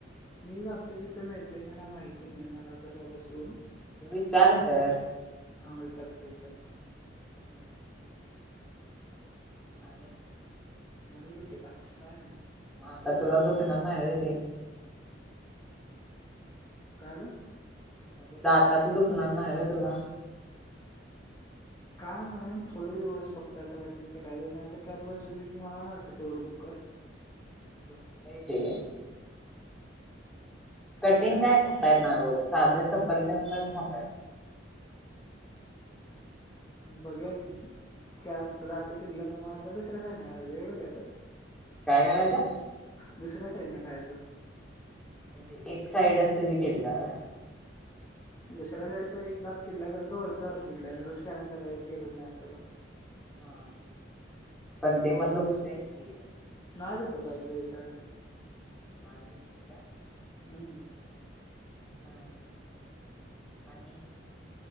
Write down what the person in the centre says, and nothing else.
तू विचार तर
हम्म.
आणि,
म आता तुला
दुखणार नाही
होय ते
म ते दातचं दुखणार नाय होय तुला
दुखतंय ते <inaudible>
मग
काय करायच हाय
म्हणजे एक साईडच तुजी किडल्या होय
हा पण
पण दुखतयच
की
<unintelligible>
हम्म हम्म आणि